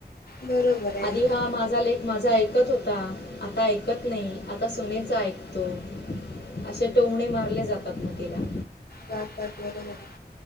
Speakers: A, on the left; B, on the left.
A: बरोबर आहे
B: आधी
A: ना
B: हा माझा लेक माझं ऐकत. ऐकत होता. आता ऐकत ऐकत नाही. आता सुनेच ऐकतो, असे टोमणे मारले जातात. मग तिला
A: बाद बाद बोलत होते.